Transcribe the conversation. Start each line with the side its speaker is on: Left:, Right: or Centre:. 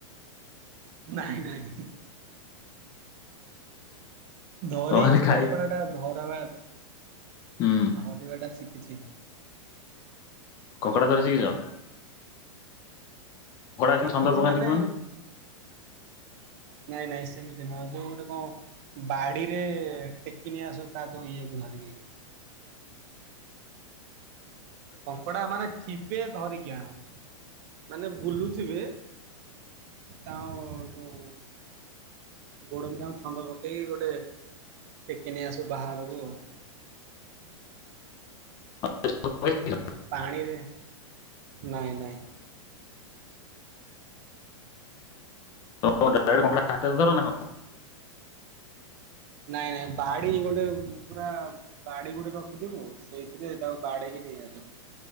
Right: ନାଇଁ ନାଇଁ ଧରି
Left: ନହେଲେ ଖାଇ
Right: କଙ୍କଡା ଟା ଧ <unintelligible>
Left: ହୁଁ
Right: ଭାବିବାଟା ଶି କିଚି
Left: କଙ୍କଡା ଧରି ଶିଖିଚ?
Right: ଶିଖିଛି
Left: କେମିତି ଛନ୍ଦ ପକାନ୍ତି
Right: ମାନେ
Left: କୁହନି?
Right: ନାଇଁ ନାଇଁ ସେମିତି ନୁହଁ ଯୋଉ ଗୋଟେ କଣ ବାଡିରେ ଟେକିନେଇ ଆସୁ ତା ଯୋଉ ଇଏ କୁ ଧରିକି। କଙ୍କଡା ମାନେ ଥିବେ ଧରିକି ଆଣ ମାନେ ବୁଲୁଥିବେ ତାଅ ଯୋଉ ଗୋଡ ଦିଇଟାଙ୍କ ଛନ୍ଦ ପକେଇକି ଗୋଟେ ଟେକି ନେଇ ଆସୁ ବାହାରକୁ
Left: <unintelligible>
Right: ପାଣିରେ ନାଇଁ ନାଇଁ
Left: ତ ଡାଇରେକ୍ଟ କଙ୍କଡ଼ା ହାତରେ ଧର ନା କଣ?
Right: ନାଇଁ ନାଇଁ ବାଡି ଗୋଟେ ପୁରା ବାଡି ଗୋଟେ ରଖିଥିବୁ ସେଇଥିରେ ତାକୁ ବାଡେଇକି ନେଇ ଆସୁ